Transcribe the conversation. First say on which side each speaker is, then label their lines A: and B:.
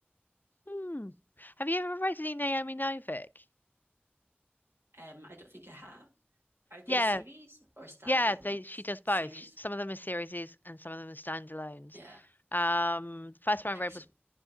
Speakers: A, on the left; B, on the right.
A: Hmm. Have you ever read any Naomi Novik?
B: Um, I don't think I have. Are they
A: Yeah,
B: series or standalones?
A: yeah, they she does both.
B: Series.
A: Sh- Some of them are series and some of them are standalones.
B: Yeah.
A: Um, the first one I read
B: It's,
A: was